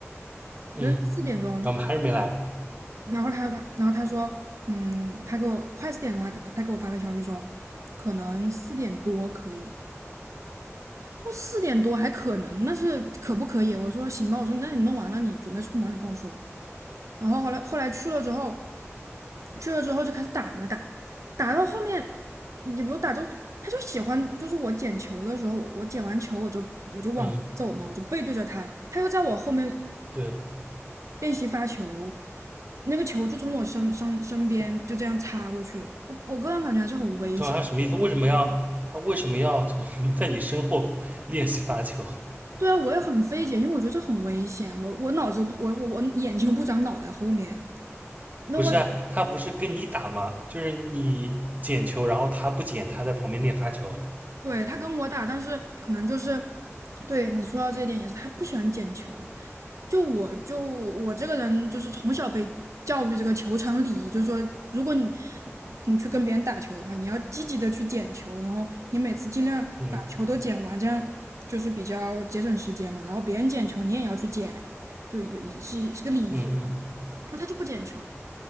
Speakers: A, on the right; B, on the right.
A: 那四点钟
B: 嗯，咱们还是没来。
A: 然后他他然后他说，嗯，他给我快四点的时候他他给我发个消息说，可能四点多可以。哦，四点多还可能，那是可不可以？我说行吧，我说那你弄完了，你准备出门，你跟我说。然后后来后来去了之后，去了之后就开始打嘛打，打到后面也不打就他就喜欢，就是我捡球的时候，我捡完球我就我就往回走嘛，
B: 嗯，
A: 我就背对着他，他又在我后面
B: 对，
A: 练习发球，那个球就从我身身身边就这样擦过去，我我个人感觉还是很危险。
B: 这好像什么意思？为什么要他为什么要从 <laughs> 在你身后练习发球？
A: 对啊，我也很费解，因为我觉得这很危险。我我脑子不，我我我眼睛不长脑袋后面。那我
B: 不是啊，他不是跟你打吗？就是你捡球，然后他不捡，他在旁边练发球。
A: 对他跟我打，但是可能就是对你说到这一点也是，他不喜欢捡球。就我就我这个人就是从小被教育这个球场礼仪，就是说如果你你去跟别人打球的话，你要积极的去捡球，然后你每次尽量把球都捡完，
B: 嗯
A: 这样就是比较节省时间嘛。然后别人捡球，你也要去捡，就有是是个礼仪。
B: 嗯嗯，
A: 那他就不捡球，